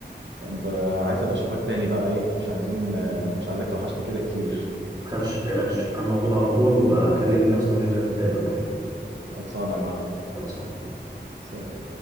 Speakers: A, on the right; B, on the right.
A: طب آه، عايز ابقى اشوفك تاني بقى ايه مش عايزين آه، مش عايزك توحشني كده كتير
B: تخافش متقلقش انا موجود على طول وبقى كلمني اصلا ننزل نتقابل وكده
A: خلصانة يا معلم
B: خلصان
A: سلام.